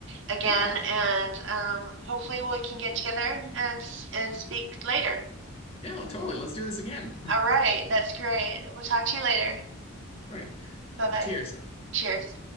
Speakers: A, on the right (about 55°); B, on the left (about 30°).
A: again,
B: Yeah,
A: and um, hopefully we can get together and and speak later.
B: yeah, totally. Let's do this again. <laughs>
A: All right, that's great. We'll talk to you later.
B: Right.
A: Bye bye.
B: Cheers.
A: Cheers.